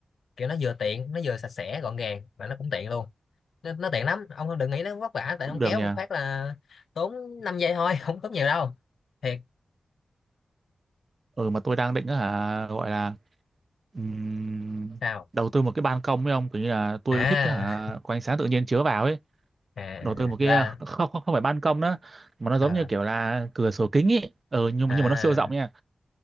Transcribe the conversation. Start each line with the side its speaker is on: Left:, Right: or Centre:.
Left: kiểu nó vừa tiện nó vừa sạch sẽ gọn gàng mà nó cũng tiện luôn nó, nó tiện lắm ông đừng nghĩ nó vất vả tại
Right: cũng
Left: ông
Right: được
Left: kéo
Right: nhỉ
Left: một phát là tốn 5 giây thôi <laughs> không tốn nhiều đâu thiệt
Right: ừ mà tôi đang định á hả gọi là ừm,
Left: sao
Right: đầu tư một cái ban công ấy ông kiểu như là tôi
Left: à
Right: thích á hả có ánh sáng tự nhiên chiếu vào ấy
Left: <laughs> à à,
Right: đổ từ một cái
Left: là
Right: ờ, không không, không phải ban công nữa mà nó giống
Left: à,
Right: như kiểu là cửa sổ kính ý ừ, nhưng
Left: à
Right: mà nhưng mà nó siêu rộng nha